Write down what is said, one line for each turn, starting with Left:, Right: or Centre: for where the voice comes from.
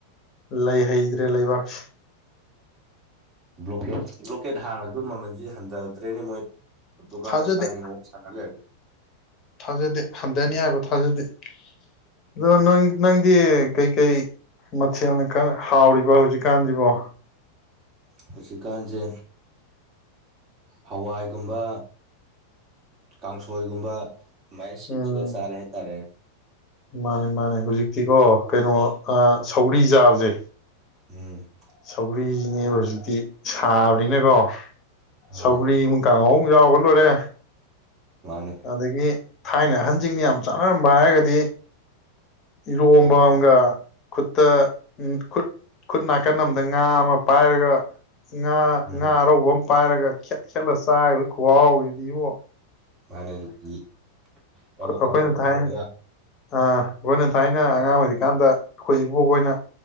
Left: ꯂꯩ ꯍꯩꯗ꯭ꯔꯦ ꯂꯩꯕꯥꯛꯁ
Right: ꯕ꯭ꯂꯣꯀꯦꯠ ꯕ꯭ꯂꯣꯀꯦꯠ ꯍꯥꯡꯉ ꯑꯗꯨ ꯃꯃꯜ ꯁꯤ ꯍꯟꯊꯗ꯭ꯔꯦꯅꯦ ꯃꯣꯏ ꯗꯨꯀꯥꯟꯅ
Left: ꯊꯥꯖꯗꯦ
Right: ꯁꯥꯔꯤꯉꯩ ꯃꯑꯣꯡ ꯁꯥꯟꯅ ꯂꯩꯔꯝꯃꯦ
Left: ꯊꯥꯖꯗꯦ ꯍꯟꯊꯅꯤ ꯍꯥꯏꯕ ꯊꯥꯖꯗꯦ ꯑꯗꯨꯣ
Right: ꯎꯝ
Left: ꯅꯪ ꯅꯪꯗꯤ ꯀꯩ ꯀꯩ ꯃꯊꯦꯜꯅ ꯀꯟꯅ ꯍꯥꯎꯔꯤꯕ ꯍꯧꯖꯤꯛꯀꯥꯟꯖꯤꯕꯣ
Right: ꯍꯨꯖꯤꯛꯀꯥꯟꯖꯦ ꯍꯋꯥꯏꯒꯨꯝꯕ ꯀꯥꯡꯁꯣꯏꯒꯨꯝꯕ ꯃꯥꯏꯅ ꯁꯤꯟ
Left: ꯎꯝ
Right: ꯁꯤꯜꯂ ꯆꯥꯔꯦ ꯍꯥꯏꯇꯥꯔꯦꯅꯦ
Left: ꯃꯥꯅꯦ ꯃꯥꯅꯦ ꯍꯧꯖꯤꯛꯇꯤꯀꯣ ꯀꯩꯅꯣ ꯑ ꯁꯧꯒ꯭ꯔꯤ ꯆꯥꯕꯖꯦ
Right: ꯎꯝ
Left: ꯁꯧꯒ꯭ꯔꯤꯖꯤꯅꯦꯕ ꯍꯧꯖꯤꯛꯇꯤ ꯁꯥꯕꯅꯤꯅꯀꯣ
Right: ꯃꯥꯅꯦ
Left: ꯁꯧꯒ꯭ꯔꯤꯃ ꯀꯥꯡꯍꯧ ꯌꯥꯥꯎꯕ ꯂꯣꯏꯔꯦ
Right: ꯃꯥꯅꯦ
Left: ꯑꯗꯒꯤ ꯊꯥꯏꯅ ꯍꯟꯖꯤꯡꯅ ꯌꯥꯝ ꯆꯥꯟꯅꯔꯝꯕ ꯍꯥꯏꯔꯒꯗꯤ ꯏꯔꯣꯝꯕꯥ
Right: ꯀꯩ
Left: ꯑꯝꯒ ꯈꯨꯠꯇ ꯎꯝ ꯈꯨꯠ ꯈꯨꯠ ꯅꯥꯀꯟ ꯑꯃꯗ ꯉꯥ ꯑꯃ ꯄꯥꯏꯔꯒ ꯉꯥ
Right: ꯎꯝ
Left: ꯉꯥ ꯑꯔꯧꯕ ꯑꯃ ꯄꯥꯏꯔꯒ ꯈꯦꯠ ꯈꯦꯠꯂ ꯆꯥꯒꯤꯕꯩ ꯈꯨꯍꯥꯎꯖꯤꯗꯤꯕꯣ
Right: ꯃꯥꯅꯦ ꯂꯤ ꯀꯥꯕꯣꯛ
Left: ꯑꯩꯈꯣꯏꯅ
Right: ꯀꯥꯕꯣꯛ
Left: ꯊꯥꯏꯅ
Right: ꯂꯧꯔꯒ
Left: ꯑꯥ ꯑꯩꯈꯣꯏꯅ ꯊꯥꯏꯅ ꯑꯉꯥꯡ ꯑꯣꯏꯔꯤꯀꯥꯟꯗ ꯑꯩꯈꯣꯏ ꯏꯕꯣꯛ ꯍꯣꯏꯅ